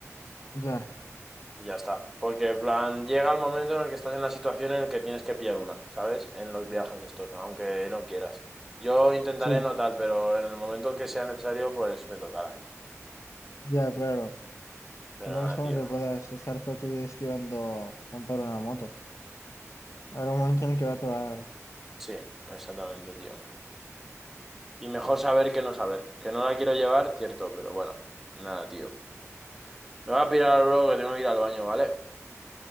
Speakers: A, on the left; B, in the centre.
A: Ya,
B: Y Ya está. Porque, en plan, llega el momento en el que estás en la situación en el que tienes que pillar una, ¿sabes? En los viajes estos, aunque no quieras. Yo intentaré
A: sí,
B: no tal, pero en el momento que sea necesario, pues me tocará.
A: ya, claro.
B: Pero
A: Tampoco
B: nada,
A: es como
B: tío.
A: que puedas estar toda tu vida esquivando montar una moto. Habrá un momento en el que va a tocar.
B: Sí, exactamente, tío. Y mejor saber que no saber. Que no la quiero llevar, cierto, pero bueno. Nada, tío. Me voy a pirar, bro, que tengo que ir al baño, ¿vale?